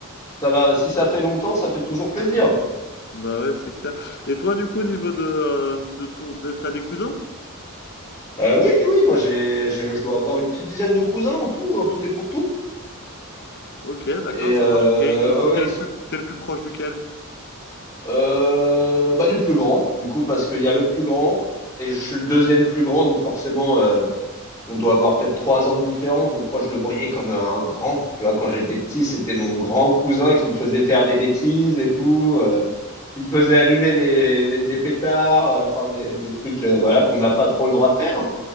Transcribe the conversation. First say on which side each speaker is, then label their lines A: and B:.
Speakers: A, on the left; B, on the left.
A: ça va. Si ça fait longtemps, ça fait toujours plaisir.
B: Bah ouais, c'est clair. Et toi, du coup, au niveau de, euh, de, ton- de- t'as des cousins?
A: Euh, oui, oui, moi j'ai, je, je dois avoir une petite dizaine de cousins en tout, en tout et pour tout.
B: Ok, d'accord,
A: Et
B: ça
A: euh,
B: marche. Et et t'es
A: ouais,
B: t'es
A: ouais,
B: le
A: ils sont.
B: plus, t'es le plus proche duquel?
A: Euh, bah du plus grand, du coup, parce qu'il y a le plus grand et je suis le deuxième plus grand, donc forcément, euh, on doit avoir peut-être trois ans de différence. Donc moi, je le voyais comme un grand. Tu vois, quand j'étais petit, c'était mon grand cousin qui me faisait faire des bêtises et tout, euh, qui me faisait allumer des, des, des pétards, euh, enfin des, des trucs, euh, voilà, qu'on n'a pas trop le droit de faire.